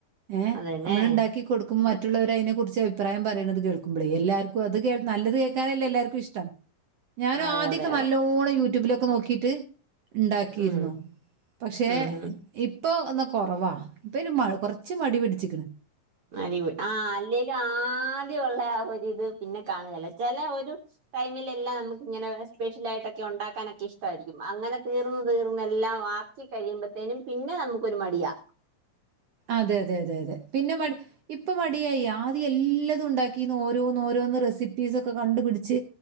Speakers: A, on the right (about 75°); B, on the right (about 55°).
A: ഏഹ്
B: അതന്നെ
A: നമ്മൾ ണ്ടാക്കി കൊടുക്കുമ്പോ
B: അതെ
A: മറ്റുള്ളവരയ്നെ കുറിച്ച് അഭിപ്രായം പറയണത് കേൾക്കുമ്പോളേ എല്ലാർക്കും അത് നല്ലത് കേക്കാനല്ലേ എല്ലാവർക്കും ഇഷ്ടം ഞാനും
B: അതെ
A: ആദ്യൊക്കെ
B: അതെ അതെ
A: നല്ലോണം. യൂട്യൂബിലൊക്കെ നോക്കിട്ട്. ഉണ്ടാക്കിയിരുന്നു.
B: ഉം
A: പക്ഷെ
B: ഉം ഉം
A: ഇപ്പൊ എന്നാ കൊറവാ. ഇപ്പൊ ഒരു മ കൊറച്ച് മടി പിടിച്ചിക്ക്ണ്
B: അരിവ് ആ അല്ലേലു ആദ്യ ഒള്ളേ ആ ഒരിത് പിന്നെ കാണ്കേല. ചെലെ ഒരു ടൈമിലെല്ലാം. നമ്മക്കിങ്ങനെ സ്പെഷ്യൽ ആയിട്ടൊക്കെ ഒണ്ടാക്കാനൊക്കെ ഇഷ്ടായിരിക്കും. അങ്ങനെ തീർന്ന് ർന്ന് തീർന്ന് എല്ലാം ആക്കി കഴിയുമ്പത്തേനും പിന്നെ നമുക്കൊരു മടിയാ
A: അതെ അതെ അതെ അതെ പിന്നെ മടി ഇപ്പൊ മ ടിയായി ആദ്യ എല്ലതുണ്ടാക്കീന്ന്. ഓരോന്നോരോന്ന് റെസിപ്പീസൊക്കെ കണ്ട് പിടിച്ച്.